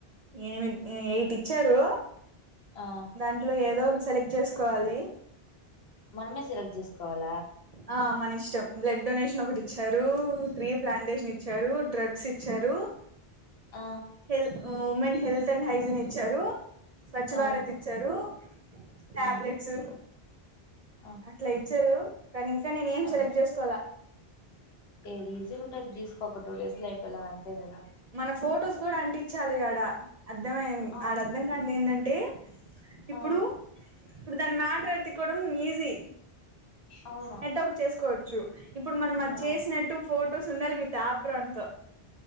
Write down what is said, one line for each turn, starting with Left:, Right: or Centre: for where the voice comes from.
Right: ఏనిమిద్ ఉ ఎయిట్ ఇచ్చారు
Left: ఆ
Right: దాంట్లో ఏదో ఒకటి సెలెక్ట్ చేసుకోవాలి
Left: మనమే సెలక్ట్ చేసుకోవాలి
Right: ఆ మనిష్టం బ్లడ్ డొనేషన్ ఒకటి ఇచ్చారు త్రీ ప్లాంటేషన్ ఇచ్చారు డ్రగ్స్ ఇచ్చారు
Left: ఆ
Right: హెల్ ఉమెన్ హెల్త్ అండ్ హైజిన్ ఇచ్చారు స్వచ్ఛ
Left: ఆ
Right: భారత్ ఇచ్చారు టాబ్లెట్స్
Left: ఆ ఆ
Right: అట్లా ఇచ్చారు కానీ ఇంకా నేను ఏం సెలెక్ట్
Left: ఆ
Right: చేసుకోలా
Left: ఏది ఈజీగా ఉంటె అది తీసుకో ఒక టూడేస్ లో అయిపోలాగ అంతే కదా
Right: మన ఫొటోస్ కూడా అంటించాలి ఆడ అర్థమై
Left: ఆ
Right: ఆడ అర్ధం కానీది ఏంటంటే ఇప్పుడు
Left: ఆ
Right: ఇప్పుడు దానిమ్యాటర్ ఎత్తుక్కోడం ఈజీ
Left: అవును
Right: ఎట్టోకటు చేసుకోవచ్చు ఇప్పుడు మనం అది
Left: ఆ
Right: చేసినట్టు ఫొటోస్ ఉండాలి విత్ అప్రాన్ తో